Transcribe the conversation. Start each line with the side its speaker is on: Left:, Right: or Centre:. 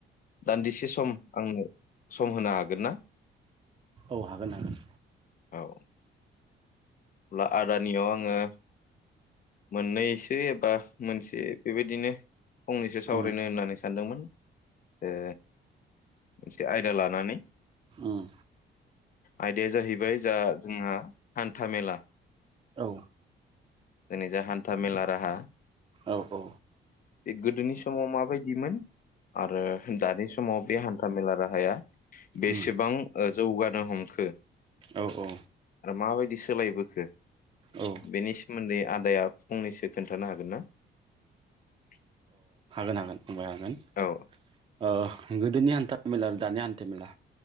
Left: दान्दिसे सम आंनो सम होनो हागोन ना?
Right: औ हागोन हागोन
Left: औ अब्ला आदानियाव आङो मोननैसो एबा मोनसे बेबायदिनो फंनैसो सावरायनो
Right: उम
Left: होननानै सानदोंमोन ओ मोनसे आयदा लानानै
Right: उम
Left: आयदाया जाहैबाय जा जोंहा हान्था मेला। जोंनि
Right: औ
Left: जा हान्था मेला राहा
Right: औ औ
Left: बे गोदोनि समाव माबायदिमोन आरो दानि समाव बे हान्थामेला राहाया बेसेबां
Right: उम
Left: ओ जौगानो हमखो आरो
Right: औ औ
Left: माबायदि सोलायबोखो
Right: औ
Left: बेनि सोमोन्दै आदाया फंनैसो खोन्थानो हागोन ना? <inaudible>
Right: नागोन बाय हागोन
Left: औ
Right: अह गोदोनि हान्था मेला दानि हान्था मेला।